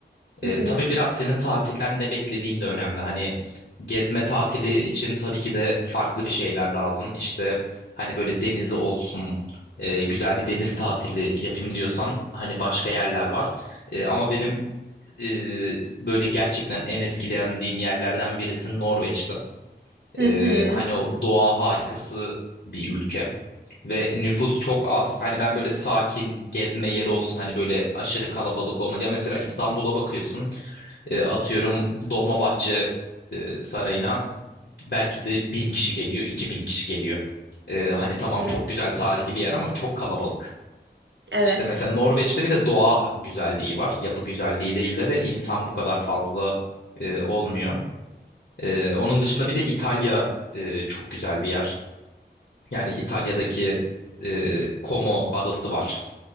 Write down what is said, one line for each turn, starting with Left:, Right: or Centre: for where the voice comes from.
Right: Hı
Left: E,
Right: hı.
Left: tabii biraz senin tatilden ne beklediğin de önemli. Hani gezme tatili için tabii ki de farklı bir şeyler lazım. İşte hani böyle denizi olsun, e, güzel bir deniz tatili yapayım diyorsan hani başka yerler var. E, ama benim e, böyle gerçekten en etkilendiğim yerlerden birisi Norveç'ti.
Right: Hı
Left: E,
Right: hı.
Left: hani o doğa harikası bir ülke ve nüfus çok az. Hani ben böyle sakin gezme yeri olsun hani böyle aşırı kalabalık olmadı. Ya mesela İstanbul'a bakıyorsun e, atıyorum Dolmabahçe e, Sarayı'na belki de bin kişi geliyor, iki bin kişi geliyor. E, hani tamam
Right: Evet.
Left: çok güzel tarihi bir yer ama çok kalabalık.
Right: Evet.
Left: İşte mesela Norveç'te bir de doğa güzelliği var. Yapı güzelliği değil de ve insan bu kadar fazla e, olmuyor. E, onun dışında bir de İtalya e, çok güzel bir yer. Yani İtalya'daki e, Como adası var.